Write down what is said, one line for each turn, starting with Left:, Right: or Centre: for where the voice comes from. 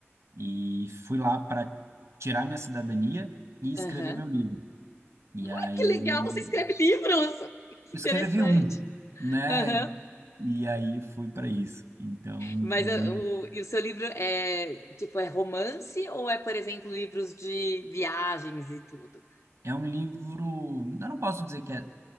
Right: E fui lá para tirar minha cidadania e escrever
Left: Aham.
Right: meu livro. E
Left: Ah,
Right: aí,
Left: Que legal, você escreve livros! <laughs> Que
Right: eu
Left: interessante.
Right: escrevi um, né?
Left: Aham.
Right: E aí fui para isso. Então,
Left: Mas
Right: foi
Left: ah,
Right: bem.
Left: o, e o seu livro é, tipo, é romance ou é, por exemplo, livros de viagens e tudo?
Right: É um livro. Eu não posso dizer que é